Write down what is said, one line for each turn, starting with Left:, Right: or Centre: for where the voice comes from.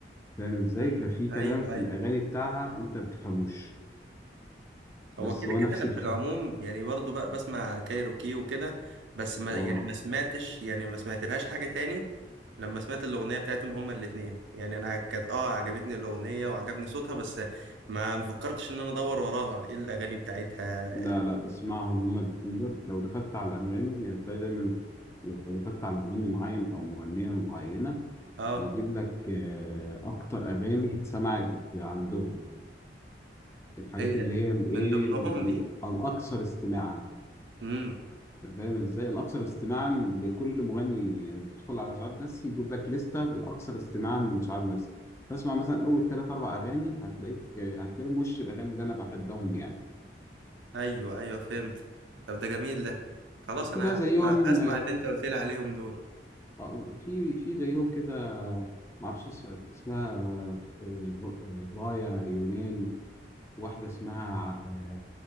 Left: فاهم ازاي
Right: امم
Left: ففي كلام
Right: ايوه
Left: في
Right: ايوه
Left: الأغاني بتاعها أنت ما بتفهموش بس
Right: هو كده
Left: هو
Right: كده
Left: نفس
Right: انا
Left: الف...
Right: في العموم يعني برضو بقى بسمع كايروكي وكده بس ما
Left: اه
Right: يعني ما سمعتش يعني ما سمعتلهاش حاجه تاني لما سمعت الاغنيه بتاعتهم هما الاتنين يعني انا كانت اه عجبتني الاغنيه وعجبني صوتها بس ما ما فكرتش ان انا ادور وراها ايه الاغاني بتاعتها
Left: لا لا اسمعهم هما الاتنين دول لو دخلت على انغامي هتلاقي دايما لو دخلت على مغني معين او مغنيه معينه
Right: اه
Left: بيجيب لك آه، اكتر اغاني اتسمعت عندهم الحاجات
Right: هي
Left: اللي هي الايه
Right: من ضمنهم
Left: ال- إيه، ال-
Right: دي
Left: الاكثر استماعا
Right: امم
Left: أنت فاهم ازاي الاكثر استماعا لكل مغني يعني تدخل على شعب مسي يجيب لك لسته بالاكثر استماعا من شعب مسي تسمع مثلا اول ثلاث اربع اغاني هتلاقيك آه، هتلاقي وش الاغاني اللي انا بحبهم يعني
Right: ايوه ايوه فهمت طب ده جميل ده خلاص
Left: وفي
Right: انا
Left: بقى زيهم
Right: اسمع اسمع اللي انت قلت لي عليهم دول
Left: اه في في زيهم كده معرفش اس- اسمها آه، آه، فايا يونان واحدة اسمها آه،